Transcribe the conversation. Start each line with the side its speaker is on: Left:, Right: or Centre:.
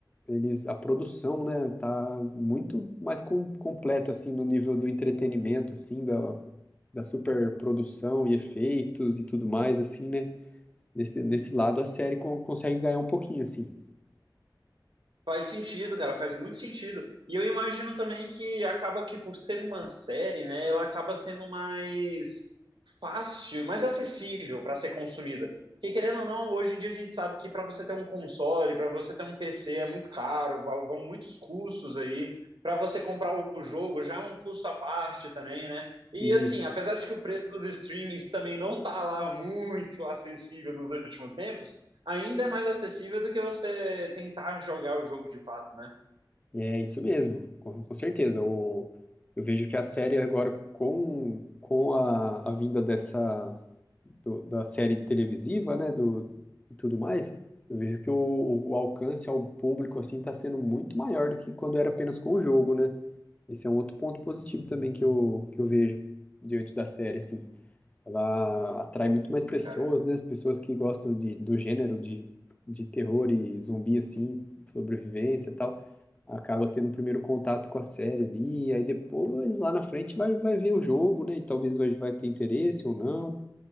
Left: Eles, a produção, né, tá muito mais com, completa, assim, no nível do entretenimento, assim, da, da superprodução e efeitos e tudo mais, assim, né? Nesse, nesse lado, a série con- consegue ganhar um pouquinho, assim.
Right: Faz sentido, cara, faz muito sentido. E eu imagino também que acaba que por ser uma série, né, ela acaba sendo mais fácil, mais acessível para ser consumida. Porque querendo ou não, hoje em dia a gente sabe que para você ter um console, para você ter um PC é muito caro, vão muitos custos aí. Para você comprar o jogo já é um custo à parte também, né? E
Left: E
Right: assim, apesar de que o preço dos streamings também não tá lá muito acessível nos últimos tempos, ainda é mais acessível do que você tentar jogar o jogo de fato, né?
Left: É isso mesmo, com, com certeza. O, eu vejo que a série agora, com, com a, a vinda dessa do- da série televisiva, né, do, e tudo mais, eu vejo que o, o alcance ao público assim está sendo muito maior do que quando era apenas com o jogo, né? Esse é um outro ponto positivo também que eu, que eu vejo diante da série, assim. Ela atrai muito mais pessoas,
Right: Cara,
Left: né? As pessoas que gostam de, do gênero de, de terror e zumbi, assim, sobrevivência e tal, acaba tendo um primeiro contato com a série ali, e aí depois, lá na frente, vai, vai ver o jogo, né? E talvez vai, vai ter interesse ou não,